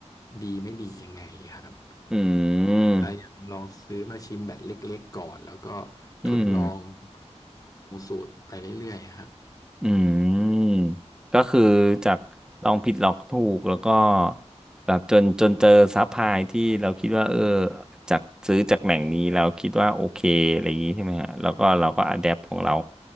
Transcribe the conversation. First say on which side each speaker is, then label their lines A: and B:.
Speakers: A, on the left; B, in the centre.
A: ดีไม่ดียังไงครับ
B: อืม
A: พยายามลองซื้อมาชิมแบบเล็กๆก่อนแล้วก็
B: อืม
A: ทดลองปรุงสูตรไปเรื่อยๆครับ
B: อืมก็คือจากลองผิดลองถูกแล้วก็แบบจนจนเจอซัพพลายที่เราคิดว่าเออจากซื้อจากแหล่งนี้เราคิดว่าโอเคอะไรอย่างนี้ใช่ไหมฮะแล้วก็เราก็อะแดปของเรา